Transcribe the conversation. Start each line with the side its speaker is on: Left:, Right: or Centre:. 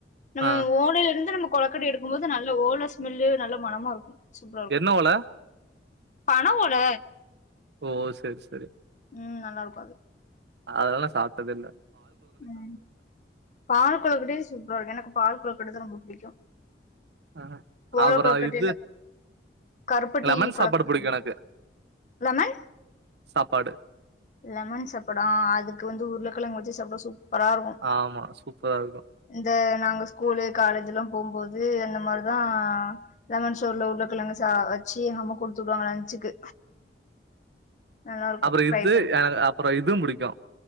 Left: நம்ம
Right: ஆ
Left: ஓலைலருந்து நம்ம கொலக்கட்ட எடுக்கு போது நல்ல ஓல ஸ்மெல்லு நல்ல மனமாருக்கு சூப்ரா இருக்கு
Right: என்ன ஓல
Left: பன ஓல
Right: ஒ ஒ சேர் செரி
Left: ம் நல்லாருக்கு அது
Right: அதல்லா சாப்ட்டதேல்ல
Left: ம் பால் கொலுக்குட்யு சூப்ரா இருக்கு எனக்கு பால் கொலு பிடது ரொம்ப புடிக்கு
Right: ஆ
Left: ஓல
Right: அப்பறோ
Left: கொலுக்கட்டைல
Right: இது
Left: கருப்பட்டி
Right: லெமன்
Left: கொலக்கட்ட
Right: சாப்பாடு
Left: ரொம்ப புடிக்கு
Right: எனக்கு
Left: லமன்
Right: சாப்பாடு
Left: லெமன் சப்படு ஆ அதுக்கு வந்து உருளக் குலங்கு வச்சு சாப்புட்டா சூப்பரா இருக்கு
Right: ஆமா சூப்பரா இருக்கு
Left: இந்த நாங்க ஸ்கூலு காலேஜில்லா போம்போது அந்த மாரு தா லெமன் சோறுல உருள கிழங்க சா வச்சு எங்க அம்மா குடுத்துஉடுவாங்க லன்ச்சுக்கு நல்லா இருக்கு
Right: அப்பற
Left: ஃப்ரை
Right: இத்து
Left: பண்ணி
Right: எனகு அப்பறோ இதும் புடிக்கு